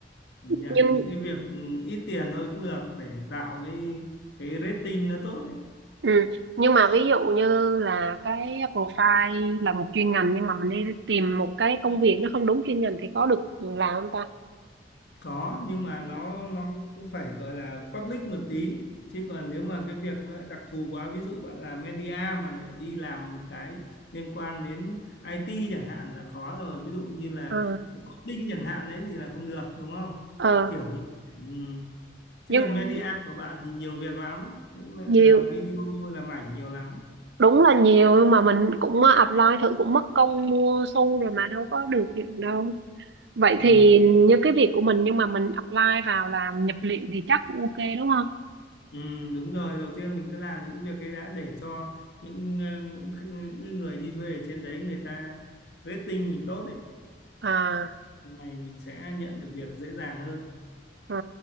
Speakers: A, on the left; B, on the right.
A: nhận
B: nhưng
A: những cái việc ừ, ít tiền thôi cũng được để tạo cái cái rating nó tốt đấy
B: Ừ. Nhưng mà ví dụ như là cái profile là một chuyên ngành nhưng mà mình đi tìm một cái công việc nó không đúng chuyên ngành thì có được làm không ta?
A: có nhưng mà nó nó cũng phải gọi là public một tí chứ còn nếu mà cái việc nó lại đặc thù quá ví dụ bạn làm media mà lại đi làm một cái liên quan đến IT chẳng hạn là khó rồi ví dụ như là
B: Ờ,
A: coding chẳng hạn đấy thì là không được đúng không
B: ờ,
A: kiểu như ừ. chứ
B: nhưng
A: còn media của bạn thì nhiều việc lắm những bạn
B: nhiều
A: làm video làm ảnh nhiều lắm
B: đúng là nhiều nhưng mà mình cũng ờ, apply thử cũng mất công mua xu rồi mà đâu có được gì đâu. Vậy
A: ừ.
B: thì như cái việc của mình nhưng mà mình apply vào làm nhập liệu thì chắc cũng ok đúng không?
A: Ừ, đúng rồi đầu tiên mình cứ làm những cái việc ấy đã để cho những ờ, các cái người đi thuê ở trên đấy người ta rating mình tốt đấy
B: À,
A: này mình sẽ nhận được việc dễ dàng hơn
B: ờ.